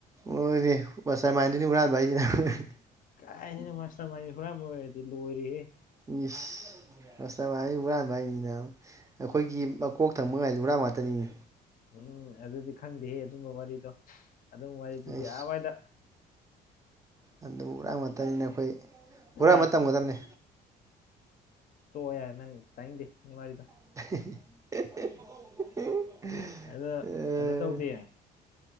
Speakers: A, on the right (about 20°); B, on the left (about 55°).
A: ꯍꯣꯏꯅꯦ ꯃꯥꯁꯇꯔꯃꯥꯏꯟꯗꯗꯨꯅꯤ ꯍꯨꯔꯥꯟꯕ ꯍꯥꯏꯁꯤꯅ
B: ꯀꯥꯏꯗꯩꯅ‌ꯣ ꯃꯥꯁꯇꯔꯃꯥꯏꯟꯗꯁ‌ꯦ ꯍꯨꯔꯥꯟꯕ ꯑꯣꯏꯔꯗꯤ ꯂ‌ꯣꯏꯔ‌ꯦꯍ‌ꯦ
A: ꯏꯁ ꯃꯥꯁꯇꯔꯃꯥꯏꯟꯗ ꯍꯨꯔꯥꯟꯕ ꯍꯥꯏꯅꯤꯅ ꯑꯩꯈꯣꯏꯒꯤ ꯃꯀꯣꯛ ꯊꯪꯕ ꯉꯥꯏꯁꯦ ꯍꯨꯔꯥꯟꯕ ꯉꯥꯛꯇꯅꯤꯅꯦ
B: ꯎꯝ ꯑꯗꯨꯗꯤ ꯈꯪꯗꯦꯍꯦ ꯑꯗꯨꯝꯕ ꯋꯥꯔꯤꯗꯣ ꯑꯗꯨꯝꯕ ꯋꯥꯔꯤꯗꯨꯗꯤ
A: ꯑꯩꯁ
B: ꯑꯥꯋꯥꯏꯗ
A: ꯑꯗꯨꯝ ꯍꯨꯔꯥꯟꯕ ꯉꯥꯛꯇꯅꯤꯅ ꯑꯩꯈꯣꯏ ꯍꯨꯔꯥꯟꯕ
B: ꯑꯦ
A: ꯇꯝꯒꯗꯕꯅꯤ
B: ꯇꯣꯛꯑꯣ ꯌꯥꯔꯦ ꯅꯪ ꯇꯥꯏꯅꯤꯡꯗꯦ ꯅꯪ ꯋꯥꯔꯤꯗ‌ꯣ
A: <unintelligible>
B: ꯑꯗꯣ
A: ꯑꯦ,
B: ꯀꯩꯅꯣ ꯇꯧꯗꯦ